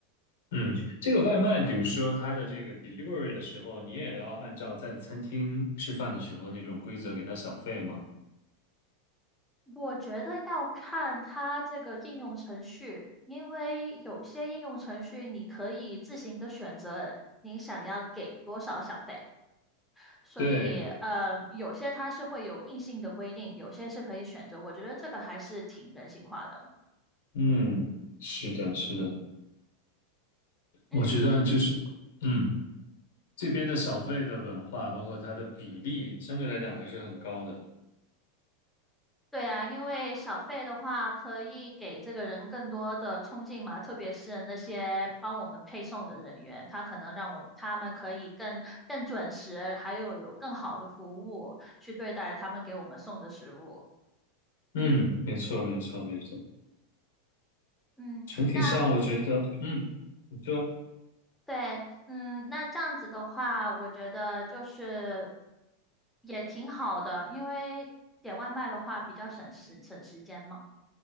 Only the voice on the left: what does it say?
嗯，这个外卖，比如说它的这个 delivery 的时候，你也要按照在餐厅吃饭的时候那种规则给它小费吗？
对，
嗯，是的，是的，
我觉得就是，嗯，这边的小费的文化，包括它的比例，相对来讲还是很高的。
嗯，没错，没错，没错。
整体上，
我觉得，嗯，你说，